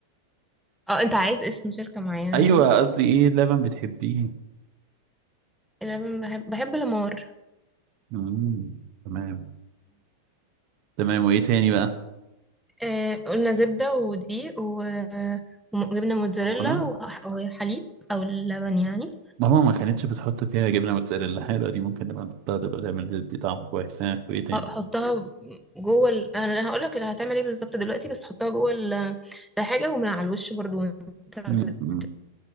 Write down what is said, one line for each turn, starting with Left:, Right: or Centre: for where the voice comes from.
Centre: اه انت عايز اسم شركة معينة
Right: ايوه
Centre: يعني
Right: قصدي ايه لبن بتحبيه
Centre: انا بحب بحب الامار
Right: مم. تمام تمام وايه تاني بقى
Centre: آه، قلنا زبدة ودقيق و- وجبنة موتزاريلا
Right: مكرونه
Centre: وح- وحليب أو اللبن يعني
Right: ماما ما كانتش بتحط فيها جبنه موتزاريلا حلوه دي ممكن نبقى نحطها تبقى تعمل دي طعم كويس ها وايه تاني
Centre: وحطها جوه ال... أنا هقولك اللي هتعمل ايه بالظبط دلوقتي بس حطها جوه ال... الحاجة ومن على الوش برضو وانت بت-
Right: مم. مم.